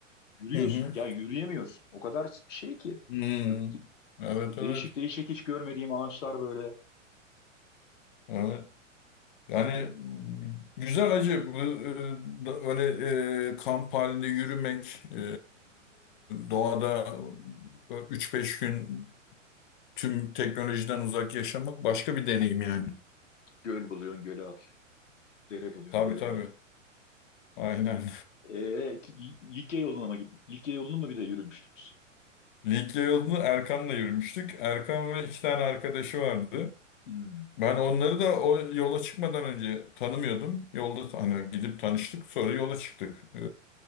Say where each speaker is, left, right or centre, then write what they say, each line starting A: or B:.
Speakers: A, on the left; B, on the left.
A: Yürüyorsun
B: hı hı.
A: ya yürüyemiyorsun. O kadar şey ki
B: Hmm.
A: sık ki.
B: Evet,
A: Değişik
B: evet.
A: değişik hiç görmediğim ağaçlar böyle
B: Evet. Yani güzel acı bu e, da- öyle e, kamp halinde yürümek e, doğada üç beş gün Tüm teknolojiden uzak yaşamak başka bir deneyim yani.
A: göl buluyorsun göle Dere buluyorsun,
B: Tabii
A: dereye
B: tabii.
A: atılıyor.
B: Aynen.
A: Ee, ki- Likya yoluna mı gittin? Likya yolunu mu bir de yürümüştünüz?
B: <laughs> Likya yolunu Erkan'la yürümüştük. Erkan ve iki tane arkadaşı vardı.
A: Hmm.
B: Ben onları da o yola çıkmadan önce tanımıyordum. Yolda hani gidip tanıştık, sonra yola çıktık. Ee,